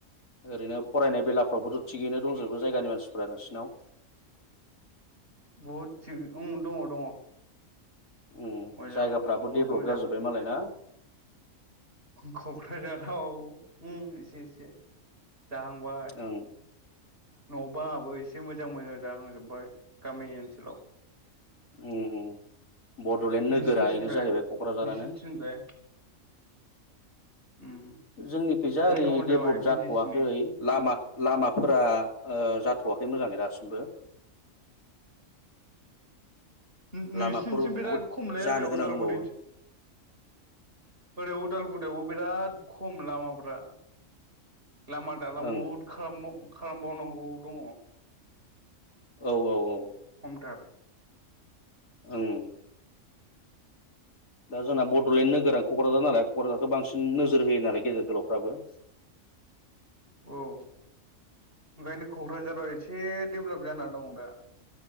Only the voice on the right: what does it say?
बहुद थिग ओम दङ दङ।
मोजां
बहुद
मोजां
क'क्राझाराव ओम एसे एसे। जाहांबाय
न' बाङाबो एसे। से मोजां मोजां जाहांजोबबाय गामि ओनसोलाव।
नोंसिनिथिंलाय
नोंसिनिथिंलाय उम
हमटाउन
जाबाय बिटिसिनि
नों-नोंसिनिथिम
बिराद
खमलाय
आरो
उदालगुरि
ओरै उदालगुरियावबो बिराद खम लामाफ्रा। लामा
दालां बुहुद खालाम खालामबावनांगौ दङ।
थार
औ। ओंखायनो क'क्राझाराव एसे डेभेलप जानानै दं दा